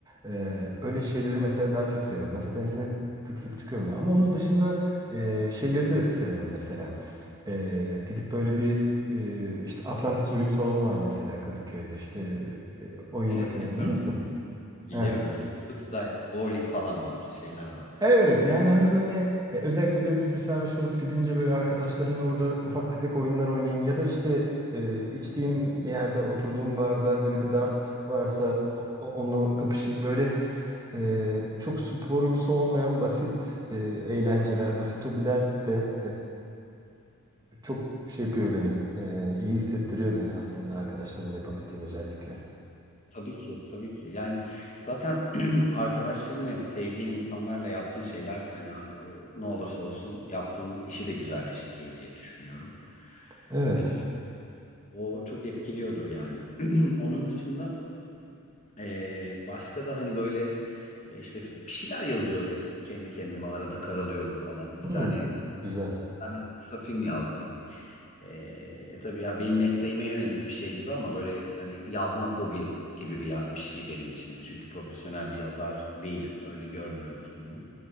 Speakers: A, on the right; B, on the left.
A: e, öyle şeyleri mesela daha çok seviyorum. Masa tenisine sık sık çıkıyorum da. Ama onun dışında e, şeyleri de severim mesela. Ee, gidip böyle bir e, işte Atlantis Oyun Salonu var mesela Kadıköy'de işte e, oyun
B: Evet
A: makineleri
B: biliyorum,
A: bilir misin?
B: biliyorum,
A: Heh.
B: biliyorum. Çok güzel yani. Bowling falan var, şeyler var.
A: Evet yani hani böyle e, özellikle biraz işte sarhoş olup gidince böyle arkadaşlarımla orada ufak tefek oyunlar oynayayım ya da işte e, içtiğim yerde oturduğum barda böyle bir dart varsa o- o- onu kapışayım böyle e, çok sporumsu olmayan basit e, eğlenceler basit hobiler de Çok şey yapıyor benim. Ee, iyi hissettiriyor beni aslında arkadaşlarımla yapabildiğim özellikle.
B: Tabii ki, tabii ki. Yani zaten <clears throat> arkadaşlarınla ya da sevdiğin insanlarla yaptığın şeyler hani o- ne olursa olsun yaptığın işi de güzelleştiriyor diye düşünüyorum.
A: Evet.
B: Yani o çok etkiliyordur yani. <clears throat> Onun dışında eee, başka da hani böyle e, işte bir şeyler yazıyorum. Kendi kendime arada karalıyorum falan. Bir
A: Hmm.
B: tane
A: Güzel.
B: tane kısa film yazdım. Ee, tabii ya benim mesleğime yönelik bir şey gibi ama böyle hani yazmak hobi gibi bir, ya- bir şey benim için de. Çünkü profesyonel bir yazar değilim. Öyle görmüyorum kendimi.